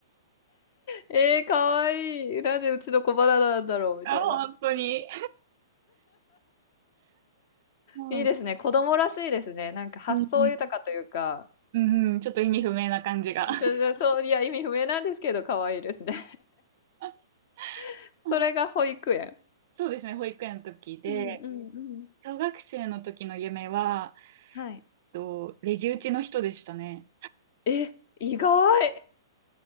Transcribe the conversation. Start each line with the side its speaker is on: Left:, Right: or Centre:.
Left: ええ、かわい。いなんでうちの子バナナなんだろうみたいな。
Right: あ本当に。うん、
Left: いいですね、
Right: う
Left: 子供らしいですね。なんか発想豊かというか、
Right: ん、うん、ちょっと意味不明な感じが。
Left: ちょで、そう、いや、意味不明なんですけど可愛いですね。
Right: <laughs>
Left: <laughs> それが保育園。
Right: うんそうですね、保育園の時で、
Left: うんうんうん。
Right: 小学生の時の夢は、え
Left: はい。
Right: っと、レジ打ちの人でしたね。
Left: え、意外。